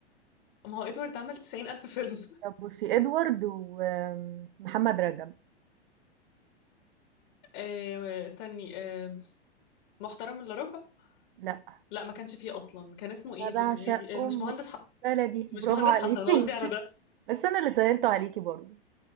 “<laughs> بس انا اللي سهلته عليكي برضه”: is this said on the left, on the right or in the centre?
Right